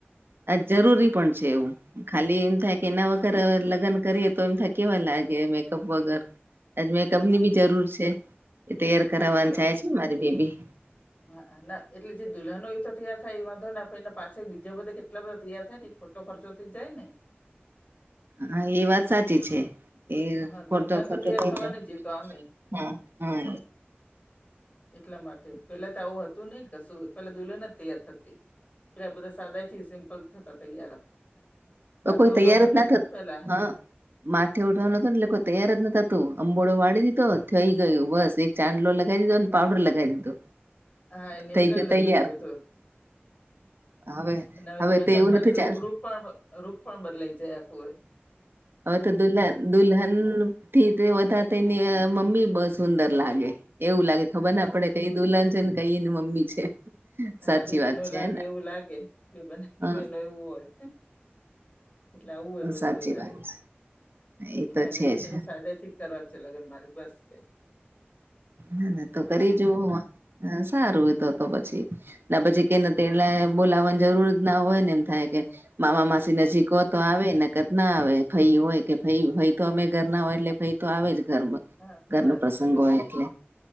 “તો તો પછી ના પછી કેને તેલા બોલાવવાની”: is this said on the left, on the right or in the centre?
Right